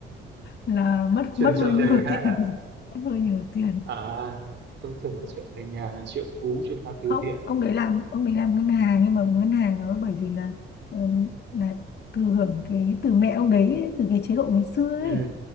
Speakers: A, on the left; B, on the right.
A: là mất
B: Chuyên
A: mất hơi
B: cho
A: nhiều
B: tiền người khác
A: <laughs> tiền
B: à?
A: mất hơi nhiều tiền
B: À, tôi tưởng là chuyện thành nhà triệu phú chuyên làm từ
A: không
B: thiện.
A: ông đấy làm ông đấy làm ngân hàng nhưng mà ngân hàng nó bởi vì là ừm, là thừa hưởng cái từ mẹ ông đấy ấy, từ cái chế độ ngày xưa ấy
B: Ừ,